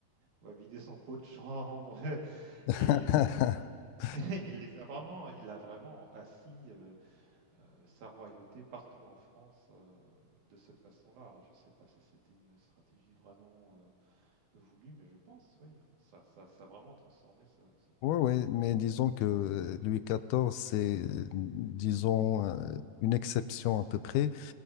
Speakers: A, on the right; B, on the left.
A: ou à vider son pot de chambre. <laughs>
B: <laughs>
A: Et, et il les a vraiment, il a vraiment assis euh, sa royauté partout en France euh, de cette façon-là. Alors je ne sais pas si c'était une stratégie vraiment euh, voulue, mais je pense, oui. hein. Ça, ça, ça a vraiment transformé ce, ce pays.
B: Ouais, ouais, mais disons que euh, Louis XIV, c'est, euh, disons, euh, une exception à peu près,